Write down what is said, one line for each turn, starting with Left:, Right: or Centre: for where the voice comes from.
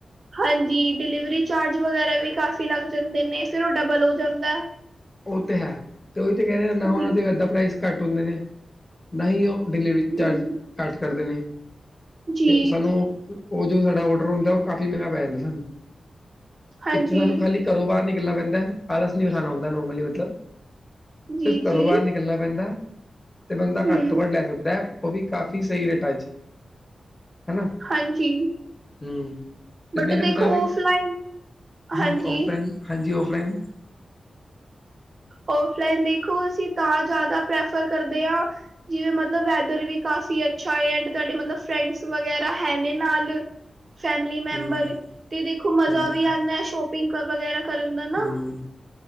Right: ਹਾਂਜੀ ਡਿਲੀਵਰੀ ਚਾਰਜ ਵਗੈਰਾ ਵੀ ਕਾਫ਼ੀ ਲੱਗ ਜਾਂਦੇ ਨੇ, ਫਿਰ ਓ ਡਬਲ ਹੋ ਜਾਂਦਾ।
Left: ਉਹ ਤੇ ਹੈ, ਤੇ ਉਹੀ ਤੇ ਕਹਿ ਦੇ ਨਾ
Right: ਜੀ
Left: ਉਹਨਾਂ ਦੇ ਇੱਦਾਂ ਪ੍ਰਾਈਸ ਘੱਟ ਹੁੰਦੇ ਨੇ। ਨਾ ਹੀ ਓ ਡਿਲੀਵਰੀ
Right: ਹੂੰ
Left: ਚਾਰਜ, ਘੱਟ ਕਰਦੇ ਨੇ
Right: ਜੀ
Left: ਤੇ ਸਾਨੂੰ ਓ ਓ ਜੋ ਸਾਡਾ ਔਡਰ ਹੁੰਦਾ ਉ ਕਾਫ਼ੀ ਮਹਿੰਗਾ ਪੈ ਜਾਂਦਾ ਸਾਨੂੰ,
Right: ਹਾਂਜੀ
Left: ਇੱਥੇ ਸਾਨੂੰ ਖਾਲੀ ਘਰੋਂ ਬਾਹਰ ਨਿਕਲਣਾ ਪੈਂਦਾ, ਆਲਸ ਨੀ ਵੀਖਾਣਾ ਹੁੰਦਾ ਨੋਰਮਲੀ ਮਤਲਬ।
Right: ਜੀ
Left: ਸਿਰਫ਼ ਘਰੋਂ
Right: ਜੀ
Left: ਬਾਹਰ ਨਿਕਲਣਾ ਪੈਂਦਾ, ਤੇ ਬੰਦਾ
Right: ਹੂੰ
Left: ਘੱਟ ਤੋਂ ਘੱਟ ਲੈ ਸਕਦਾ ਹੈ। ਉਹ ਵੀ ਕਾਫੀ ਸਹੀ ਰੇਟਾਂ ਵਿੱਚ। ਹੈਨਾ ਹੂੰ,
Right: ਹਾਂਜੀ
Left: ਤੇ
Right: ਬਟ
Left: ਮੇਰੇ
Right: ਦੇਖੋ
Left: ਮੁਤਾਬਿਕ।
Right: ਔਫਲਾਈਨ
Left: ਹੂੰ
Right: ਹਾਂਜੀ
Left: ਔਫਲਾਈਨ ਹਾਂਜੀ ਔਫਲਾਈਨ।
Right: ਔਫਲਾਈਨ ਦੇਖੋ ਅਸੀਂ ਤਾਂ ਜ਼ਿਆਦਾ ਪ੍ਰੈਫਰ ਕਰਦੇ ਹਾਂ। ਜਿਵੇਂ ਮਤਲਬ ਵੈਦਰ ਵੀ ਕਾਫੀ ਅੱਛਾ ਹੈ, ਐਂਡ ਤੁਹਾਡੇ ਮਤਲਬ ਫਰੈਂਡਸ ਵਗੈਰਾ ਹੈ ਨ ਨਾਲ। ਫੈਮਲੀ ਮੈਂਬਰ,
Left: ਹੂੰ,
Right: ਤੇ ਦੇਖੋ ਮਜ਼ਾ
Left: ਹਾਂਜੀ-ਹਾਂਜੀ,
Right: ਵੀ ਆਉਂਦਾ ਸ਼ੋਪਿੰਗ ਵਗੈਰਾ ਕਰਨ ਦਾ ਨਾ।
Left: ਹੂੰ,